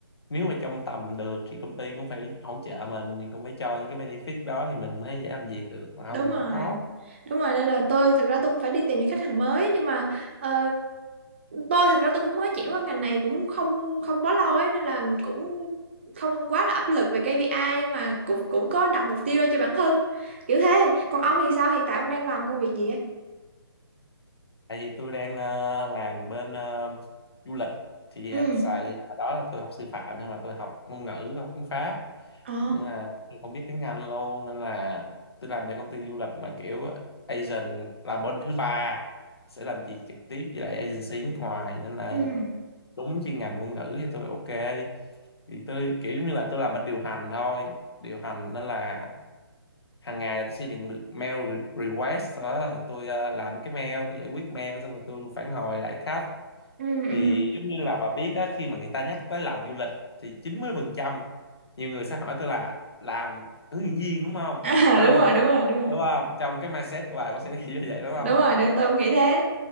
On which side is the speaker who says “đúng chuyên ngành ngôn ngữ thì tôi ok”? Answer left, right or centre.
Left